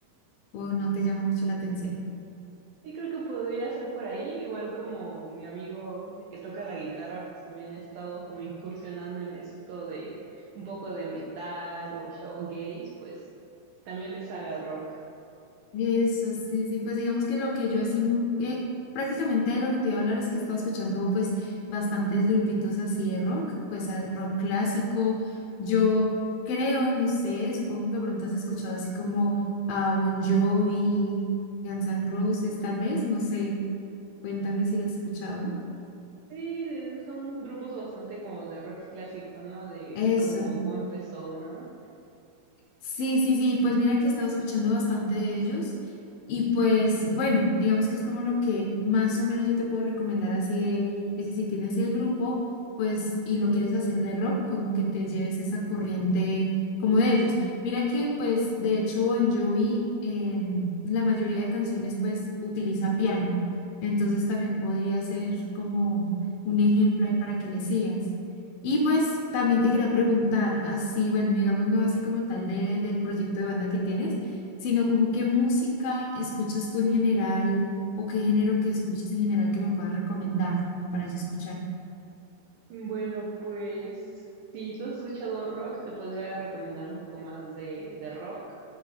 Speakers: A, on the left; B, on the right.
A: o no te llama mucho la atención.
B: Sí, creo que podría ser por ahí, igual como mi amigo que toca la guitarra, pues también ha estado como incursionando en esto de un poco de metal o showgaze, pues también le sabe al rock.
A: Eso, sí, sí, pues digamos que lo que yo así, m- eh, prácticamente de lo que te iba a hablar es que he estado escuchando pues bastantes grupitos así de rock, pues a- rock clásico, yo creo, no sé, supongo que pronto has escuchado así como a Bon Jovi, Guns N' Roses, tal vez, no sé, cuéntame si lo has escuchado.
B: Sí, son grupos bastante como de rock clásico, ¿no? De
A: Eso.
B: como cómo empezó, ¿no?
A: Sí, sí, sí, pues mira que he estado escuchando bastante de ellos y pues bueno, digamos que es como lo que más o menos yo te puedo recomendar así de, de que si tienes el grupo, pues y lo quieres hacer de rock, como que te lleves esa corriente como de ellos. Mira que pues de hecho Bon Jovi en la mayoría de canciones pues utiliza piano, entonces también podría ser como un ejemplo ahí para que le sigas. Y pues también te quería preguntar, así, bueno, digamos, no así como tal de, del proyecto de banda que tienes, sino como qué música escuchas tú en general o qué género que escuches en general que me puedas recomendar, como para yo escuchar.
B: Bueno, pues si tú has escuchado rock, te podría recomendar un poco más de, de rock,